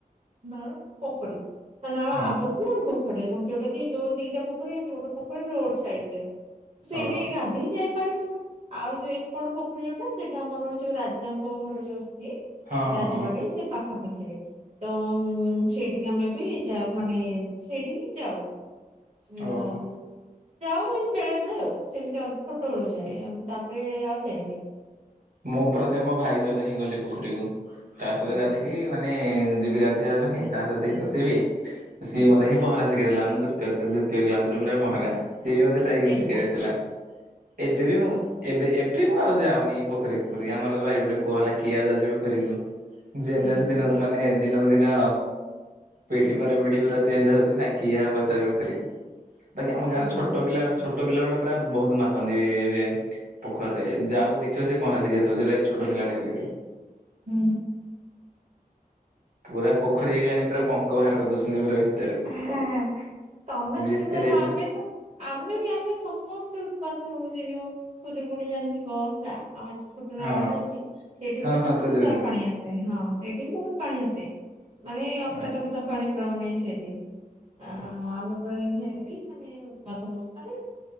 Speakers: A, on the right; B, on the right.
A: ନାଳ ପୋଖରୀ ତା ନାଳ
B: ହଁ
A: ଆଗକୁ ଗୋଟ ପୋଖରି, ଯୋଉଟା କି ଯୋଉ ଦିଟା ପୋଖୀ ଅଛି ଗୋଟ ପୋଖରରେ ରୋ ଡ଼ ସାଇଟରେ ସେଇଠି
B: ଓହୋ
A: ଗାଧେଇ ଯାଏ ପାରିବୁ ଆଉ ଯୋଉ ଏପଟ ପୋଖରୀ ଯୋଉଟା ସେଇଟା ଆମର ଯୋଉ ରାଜାଙ୍କ ଘର ଯୋଉ ଅଛି
B: ହଁ ହଁ
A: ରାଜମାଡ଼
B: ହଁ
A: ସେ ପାଖ ପାଖାପାଖିରେ ତ ମ ସେଇଠିକି ଆମେ ବି ମାନେ ସେଇଠି ହିଁ ଯାଉ। <unintelligible>
B: ଓହୋ
A: ଯାଉ ଏମିତି ବେଳେ ବେଳେ ଆଉ, ସେମିତି ଛୋଟ ବେଳୁ ଯାଏ ତାପରେ ଆଉ ଯାଇନି।
B: ମୁଁ ପ୍ରଥମେ ମୋ ଭାଇ ସହିତ ହିଁ ଗଲି ପୋଖରୀକୁ, ତା ସହିତ
A: ହଁ
B: ଗାଧିକି ମାନେ ଯିବି ଆ ପାଇଁ ତା ସହିତ ହ ହସିବି, ସିଏ
A: ହୁଁ
B: ମତେିଁ ପହଁରା ଶିଖାଇ ଦେଲା ମୁଁ ଦିତୀୟ ଦ୍ୱିତୀୟ କ୍ଲାସୁ ପୁରା ପହଁରା ସିଏ ବି ମୋତେ
A: ହୁଁ।
B: ସାଇକେଲ
A: ଏବେ
B: ଶିଖେଇ ଦେଇଥିଲା, ଏବେ ବି ମୁଁ ଏବେ ଏବେ ମୁଁ ଆଉ ଯାଉନି। ପୋଖରୀ ପୋଖରୀ ଆମର ତ ବାରିପଟେ କୁଅ ହେଲା କିଏ ଆଉ ଯାଉଚି ପୋଖରୀକୁୁ, ଯେନେ
A: ହୁଁ
B: ସେ ଦିନ
A: ହୁଁ
B: ମାନେ ଦିନକୁ ଦିନ ପିଢି ପରେ ପିଢି ପରା ଚେଞ୍ଜ୍ ହଉଚି ନା କିଏ ପଚାରେ ପୋଖରୀ କି ବାକି ଆମ ଗାଁରେ
A: ହଁ
B: ଛୋଟ
A: ହଁ।
B: ପିଲା ଏବେ ଛୋ ଛୋଟ ପିଲା ଗୁଡା ପୁରା ବହୁତ ମାତନ୍ତି ଏ ଏବେ ପୋଖରୀରେ ଯାହାକୁ ଦେ ଖିବ ସେ ପହଁରା ଶିଖିଯାଇଥିବ ଯେତେ ଛୋଟ ପିଲାଟେ ହେଲେ ବି।
A: ହୁଁ।
B: ପୁର ପୋଖରୀ ମାନେ ପୁରା ପଙ୍କ ବାହାର କରି ଦଉଛନ୍ତି ପୁରା ଭି
A: ହେଁ ହେଁ ତମେ ଛୋଟ
B: ଏତେ
A: ପିଲାଟେ
B: ରେଟ୍
A: ଆମେ ତ ଆମେ ବି ଆମେ ସମସ୍ତେ ଉତ୍ପାତ ହଉ ସେ ଯୋଉ ଖୁଦୁରୁକୁୁଣୀ ଜାଣିଥିବ ହେଲା ଆମ ଛୋଟ ନାଳଟେ
B: ହଁ
A: ଅଛି ସେଇଠି
B: ହଁ
A: ବି
B: ହଁ
A: ବହୁତ
B: ଖୁଦୁରୁକୁଣୀ
A: ସାରା ପାଣି ଆସେ ହଁ ସେଇଠି ବି ବହୁତ ପାଣି ଆସେ। ମାନେ ଅକାତ
B: ହଁ
A: ଅକାତ ପାଣି ପୁରା ମାନେ ସେଇ ଟି ଆ ଆମେ ପୁରା <unintelligible> ହେନେବି ମାନେ ଉତ୍ପାତ ହଉ ମାନେ